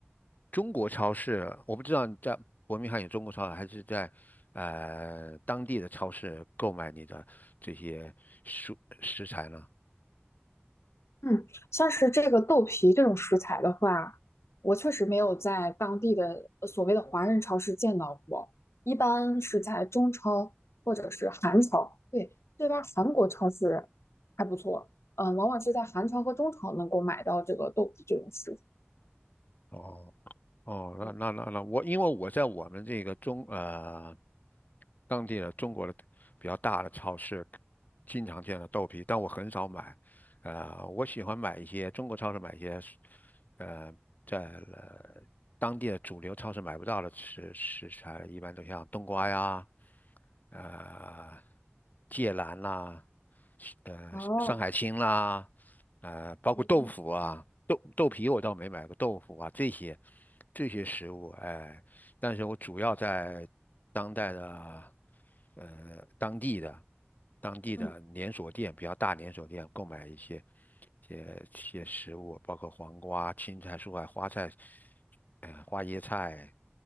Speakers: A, on the left (about 40°); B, on the left (about 85°).
A: 中国超市？我不知道你在伯明翰有中国超市，还是在呃当地的超市购买你的这些蔬食材呢？
B: 嗯，像是这个豆皮这种食材的话，我确实没有在当地的呃所谓的华人超市见到过，一般是在中超或者是韩超。对，这边儿韩国超市还不错，嗯、往往是在韩超和中超能够买到这个豆皮这种食材。
A: 哦。哦，那那那那我，
B: 嗯
A: 因为我在我们这个中呃当地的中国的比较大的超市，经常见到豆皮，但我很少买。呃，我喜欢买一些中国超市买一些，呃，在呃当地的主流超市买不到的食食材，一般都像冬瓜呀，呃，芥兰啦，呃，
B: 哦，
A: 山海青啦，呃，包括豆腐啊，
B: 嗯
A: 豆豆皮我倒没买过豆腐啊，这些这些食物，哎，但是我主要在当代的呃当地的当地的连锁店，
B: 嗯
A: 比较大连锁店购买一些些些食物，包括黄瓜、青菜、蔬菜、花菜，呃，花椰菜，